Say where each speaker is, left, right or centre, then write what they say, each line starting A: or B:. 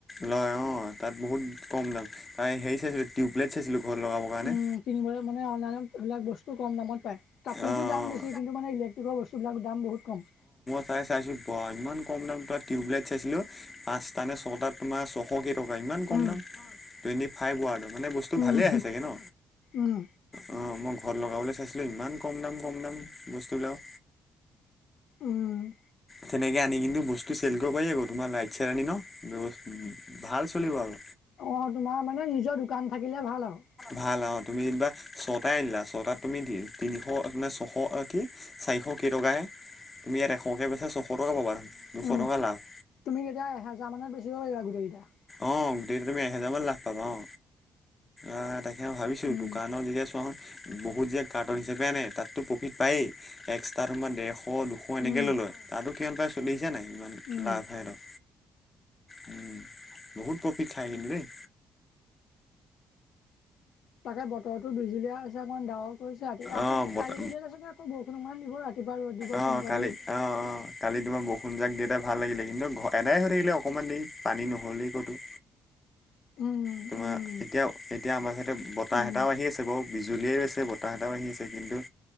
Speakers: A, on the left; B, on the left.
A: লয় অঁ তাত বহুত কম দাম, তাই হেৰি চাইছিলোঁ টিউবলোইট চাইছিলোঁ ঘৰত লগাবৰ কাৰণে।
B: উম, কিনিবলৈ মানে অনলাইত এইবিলাক বস্তু কম দামত পায়। কাপোৰটো
A: অ' অ'
B: দাম বেছি, কিন্তু মান ইলেক্ট্ৰিকৰ বস্তুবিলাকৰ দাম বহুত কম।
A: চাই চাইছিলো বা ইমান কম দাম ত টিউবলাইট চাইছিলো পাঁচটা নে ছটাত তোমাৰ ছশ কেইটকা ইমান কম
B: উম,
A: দাম টুৱেণ্টি ফাইভ ৱাৰ্ডৰ। মানে বস্তু
B: উম,
A: ভালেই আহে চাগে ন।
B: উম।
A: অঁ মই ঘৰত লগাবলৈ চাইছিলো ইমান কম দাম কম দাম বস্তুবিলাক।
B: অঁ
A: তেনেকৈ আনিমিনি কিন্তু বস্তু চেল কৰিব পাৰি আকৌ তোমাৰ লাইট চাইট আনি ন ভাল চলিব আৰু।
B: অঁ, তোমাৰ মানে নিজৰ দোকান থাকিলে ভাল আও।
A: ভাল আৰু তুমি যেনিবা ছটা আনিলা ছটাত তুমি দি তিনিশ মানে ছশ কি চাৰিশ কেইটকাহে। তুমি ইয়াত এশকে বেছা ছশ টকা পাবা দুশ
B: উম
A: টকা লাভ।
B: তুমি কেতিয়া এহেজাৰ মানত বেচিব লাগিব গোটেইকেইটা।
A: অঁ গোটেইটো তুমি এহেজাৰ মান লাভ অঁ। আঁহ তাকেই ভাবিছো
B: উম
A: দোকানৰ যেতিয়া চোৱা হোন বহুত যে কাৰ্টন হিচাপে আনে তাততো প্ৰফিট পায়েই, এক্সট্ৰা তোমাৰ ডেৰ এশ দুশ এনেকৈ
B: উম
A: লৈ লয় তাতো কিমান পায় চলিছে নাই ইমান
B: উম
A: লাভ নাই ত। উম বহুত প্ৰফিট খাই কিন্তু দেই।
B: তাকে বতৰৰতো বিজুলিয় আছে অকণ ডাৱৰ কৰিছে ৰাতি ৰাতি
A: অ
B: যে
A: বতা
B: কালিলৈকে চাগে আকৌ বৰষুণ অকণ দিবই ৰাতি। কিবা আৰু দিব
A: অ
B: তেনেকুৱা
A: কালি
B: থাকে।
A: অ অ কালি তোমাৰ বৰষুণ জাক দিয়াতে ভাল লাগিলে, কিন্তু ঘ এদাই থাকিলে অকণমান দেৰি পানী নহ'লেই ক'তো।
B: উম
A: তোমাৰ
B: উম
A: এতিয়া এতিয়া আমাৰ চাডেইতে বতাহ
B: উম
A: এটাও আহি আছে বাও বিজুলীয়েই আছে বতাহ এটাও আহি আছে কিন্তু